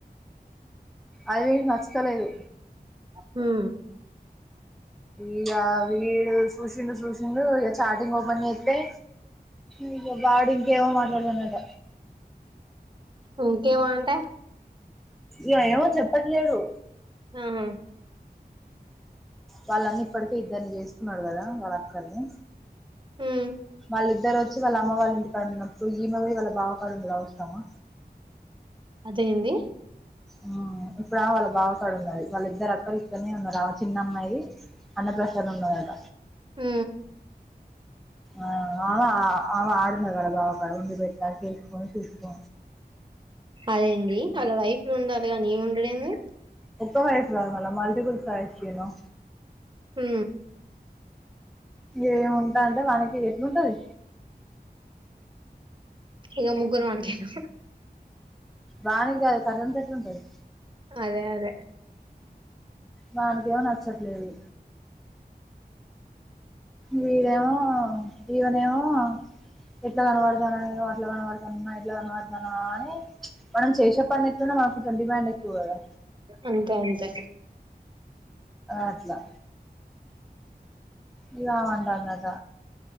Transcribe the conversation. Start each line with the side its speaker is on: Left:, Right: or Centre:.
Centre: అది నచ్చుతలేదు
Right: హుమ్
Centre: ఇగ వీడు సూసిండు సూసిండు ఇగ చాటీంగ్ ఓపెన్ జేత్తే ఇగ వాడు ఇంకేమో మాట్లాడ్తుండె అట
Right: ఇంకేమీ అంటే
Centre: యోయోవో చెప్పట్లేడు
Right: హా
Centre: వాళ్ళన్న ఇప్పడికె ఇద్దర్ని చేస్కున్నాడ్ గదా వాళ్ళ అక్కల్ని
Right: హు.
Centre: వాళ్ళిద్దరొచ్చి వాళ్ళ అమ్మ వాళ్ళ ఇంటి కాడ ఉన్నప్పుడు ఈమె పోయి వాళ్ళ బావ కాడ ఉండడు అవసరమా
Right: అదేంది
Centre: ఆ ఇప్పుడా వాళ్ళ బావ కాడ ఉన్నది వాళ్ళ ఇద్దరు అక్కలు ఇక్కన్నే ఉన్నారు ఆమె చిన్నమ్మాయి అన్న ప్రసాదం ఉన్నదట
Right: హు
Centre: ఆ ఆమె ఆమె ఆడున్నది వాళ్ళ బావ కాడ వండి పెడత చేసుకొని తీసుకో
Right: అదేంది ఆళ్ళ వైఫ్లు ఉండాలి గానీ ఈమె ఉండుడు ఏంది
Centre: ఒక్క ఫైఫ్ కాద్ మళ్ళ మల్టిపుల్ వైఫ్స్ యు నో
Right: హు.
Centre: ఏముంట అంటె మనకి ఎట్ల ఉంటుది
Right: ఇగ ముగ్గురం అంతేనా.
Centre: దానికి కాదు కర్రోనికి ఎట్లుంటది
Right: అదే అదే
Centre: వానికేమో నచ్చట్లేదు వీడేమో ఇమనేమో ఎట్ల కనపడుతన్న నేను అట్ల కనపడుతున్నాన ఇట్ల కనపడుతన్నా అని మనం చేసే పని ఎట్ల ఉన్న మానక్ కొంచం డిమాండ్ ఎక్కువ్ కదా
Right: అంతే అంతే
Centre: అట్లా ఎలా అంటందట